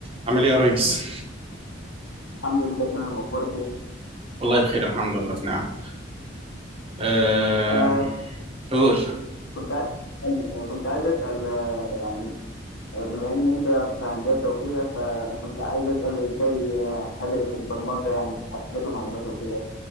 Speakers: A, on the right; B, on the left.
A: عامل ايه يا ريس؟
B: الحمد لله تمام اخبارك ايه
A: والله بخير الحمد لله في نعمة. أه...
B: آه
A: قول
B: كنت عايز اسال آه، كنت عايز اسال آه يعني آه، بما ان انت في هندسه وكده فكنت عايز اسال ازاي آه، هدرس البرمجه يعني في حاسبات ومعلومات وكده